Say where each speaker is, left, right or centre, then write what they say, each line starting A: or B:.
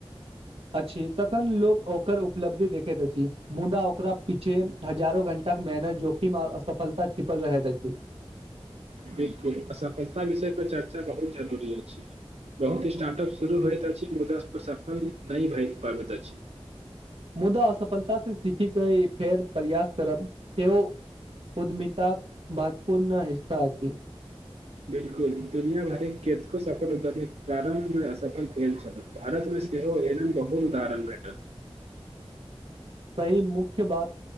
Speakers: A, on the right; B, on the right.
A: अछि तखन लोक ओकर उपलब्धि देखैत अछि मुदा ओकरा पीछे हजारो घंटा के मेहनत जोखिम असफलता छिपल रहै छै
B: बिलकुल असफलता विषय पे चर्चा बहुत जरूरी अछि बहुत स्टार्टअप शुरू होइत अछि मुद पर सफल नहि भए पाबैत अछि
A: मुदा असफलता से सीखी के फेर प्रयास करब सेहो उद्मिताक मातपूर्ण हिस्सा अछि
B: बिलकुल दुनिया भर केतको सफल उद्यिक प्रारंभमे असफल भेल छल भारतमे सेहो ए बहुुत उदारण भेटल
A: सही मुख्य बात